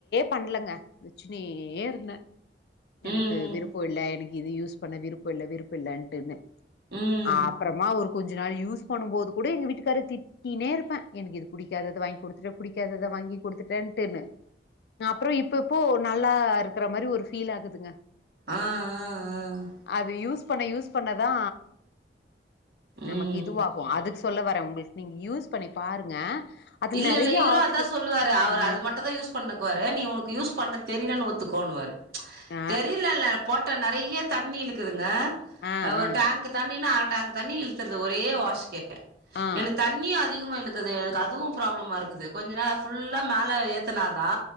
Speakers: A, on the left; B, on the right.
A: பண்லங்க வச்சினேருந்தே எனக்கு
B: ம் ம்
A: விருப்போ இல்ல எனக்கு இத யூஸ் பண்ண விருப்போ இல்ல விருப்பு இல்லன்ட்டுனு
B: ம்
A: ஆப்றமா ஒரு கொஞ்ச நாள் யூஸ் பண்ணும்போது கூட எங்க வீட்டுக்காரு திட் டினேருப்பே எனக்கு இது புடிக்காதத வாங்கி குடுத்துட்ட புடிக்காதத வாங்கி குடுத்துட்டேன்டுனு அப்றோ இப்ப இப்போ நல்லா இருக்ற மாரி ஒரு ஃபீல் ஆகுதுங்க
B: ஆ ஆ ஆ
A: அது யூஸ் பண்ண யூஸ் பண்ணதா நமக்கு
B: ஆ ம்
A: இதுவாகு அதுக்கு சொல்ல வரே உங்ளுக் நீங்க யூஸ் பண்ணி பாருங்க அதுல
B: இல்ல
A: நெறைய
B: இல்ல இவுரு
A: ஆப்ஷன்
B: அதா சொல்லுவாரு அவரு
A: ஆ
B: அது மட்டுதா யூஸ் பண்ணுக்வாரு நீ உனக்கு
A: ம்
B: யூஸ் பண்ண தெரிலனு ஒத்துக்கோணுவாரு
A: ஆ
B: தெரிலல்ல போட் டா நெறைய தண்ணி இழுக்குதுங்க
A: ஆ
B: ஒரு
A: ஆ
B: டேங்க் தண்ணிணா அர டேங்க் தண்ணி இழுத் துர்து ஒரே வாஸ்க்கே
A: ஆ
B: எனக்கு தண்ணியு அதிகமா இழுக்குது எனக்கு அதுவும் ப்ராப்ளமா இருக்குது கொஞ்ச நேரோ ஃபுல்லா மேல ஏத்தனாதா